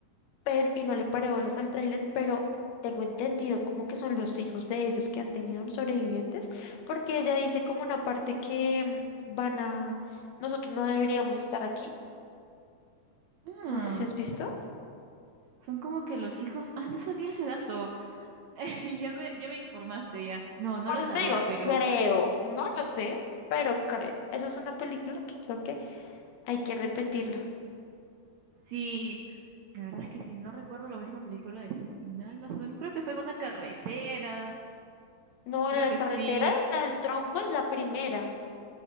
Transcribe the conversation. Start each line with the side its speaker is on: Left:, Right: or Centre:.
Left: pero y no le paré bolas al tráiler, pero tengo entendido como que son los hijos de ellos que han tenido los sobrevivientes, porque ella dice como una parte que mm, van a, nosotros no deberíamos estar aquí,
Right: mm,
Left: no sé si has visto.
Right: son como que los hijos. Ah, no sabía ese dato. <laughs> Ya me, ya me informaste ya. No, no
Left: Por
Right: lo
Left: eso
Right: sabía,
Left: te digo,
Right: pero
Left: creo, no lo sé, pero creo. Esa es una película que creo que hay que repetirla.
Right: sí. La verdad es que sí, no recuerdo la última película de Destino Final, más o menos. Creo que fue en una carretera,
Left: No,
Right: Creo
Left: la
Right: que
Left: carretera,
Right: sí.
Left: la del tronco es la primera.